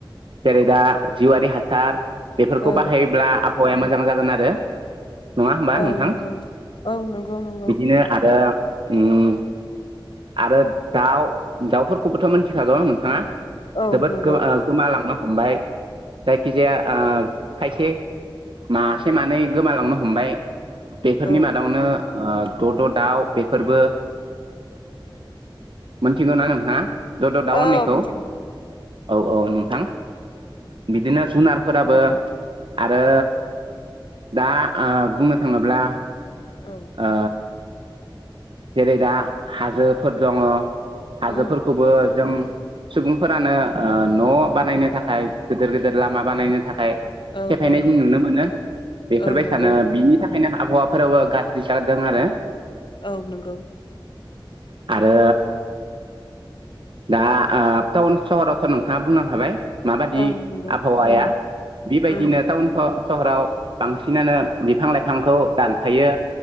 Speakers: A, on the right (about 70°); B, on the left (about 65°).
A: जेरै दा जिउआारि हासार बेफोरखौ
B: औ
A: बाहायोब्ला आबुं हौवाया मोजां जागोन आरो। नङा होमबा
B: औ
A: नोंथां
B: नंगौ औ नंगौ। नंगौ
A: बिदिनो आरो ओम आरो दाउ दाउफोरखौबोथ' मिथिखागौ नोंथाङा।
B: औ
A: जोबोद
B: नंगौ
A: गो गोमलाां नो हमबाय जायखिजाया ओ खायसे मास थेनानै गोमालांनो हमबाय बेफोरनि
B: औ
A: मादावनो ओ द, द दाउ बेफोरबो मोनथिगौ ना नोंथांआ? दद' दाउननैखौ
B: औ मिथिगौ
A: औ औ नोंथां बिदिनो? जुनारफोराबो आरो दाओ बुंनो ओ‌ थाङोब्ला
B: औ
A: ओ जेरै दा हाजोफोर दङ
B: उम
A: हाजोफोरखौबो जों सुबुंफोरानो न' बानायनो थाखाय गिदिर गिदिर लामा बानायनो थाखाय।
B: औ
A: सेफायनाय
B: औ
A: जों नुनो मोनो बेफोरबाय
B: औ नंगौ
A: सानो बिनि थाखाय बेओंखायनो आबहावाफोराबो गाज्रि जादों आरो।
B: औ नंगौ।
A: आरो दा टाउन सहरावथ' नोंथाङा बुंनांखाबाय। माबादि
B: औ नंगौ
A: आबहावाया
B: उम
A: बेबायदिनो
B: उम
A: टाउनखो सहराव बांसिनानो बिफां -लाइफांखौ दानफायो।